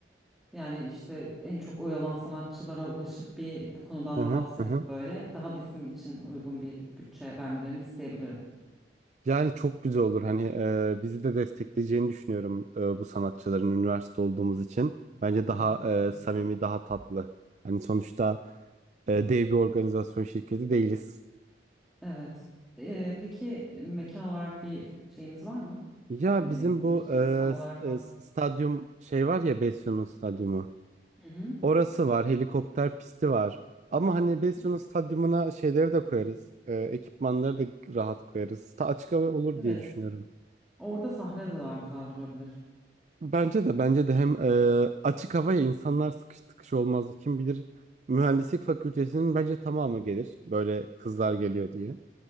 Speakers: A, in the centre; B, on the right.
A: e, yani işte en çok oyalan sanatçılara ulaşıp bir bu konudan
B: Aha,
A: da bahsedip
B: aha.
A: böyle daha bizim için uygun bir bütçe vermelerini isteyebilirim.
B: Yani çok güzel olur. Hani e, bizi de destekleyeceğini düşünüyorum e, bu sanatçıların üniversite olduğumuz için. Bence
A: Evet
B: daha
A: kesinlikle.
B: e, samimi, daha tatlı. Hani sonuçta e, dev bir organizasyon şirketi değiliz.
A: Evet. E, peki mekan olarak bir şeyimiz var mı?
B: Ya
A: E,
B: bizim bu
A: geliştiğimiz
B: e,
A: tam olarak
B: s- e,
A: ben.
B: s- stadyum şey var ya Besyo'nun stadyumu.
A: Hı hı.
B: Orası var, helikopter pisti var. Ama hani
A: Hı hı.
B: Besyo'nun stadyumuna şeyleri de koyarız. E, ekipmanları da rahat koyarız. Ta açık hava olur
A: Evet.
B: diye düşünüyorum.
A: Orada sahne de daha güzel durabilir.
B: Bence de bence de hem e, açık havaya insanlar sıkış tıkış olmazdı. Kim bilir mühendislik fakültesinin bence tamamı gelir. Böyle kızlar geliyor diye.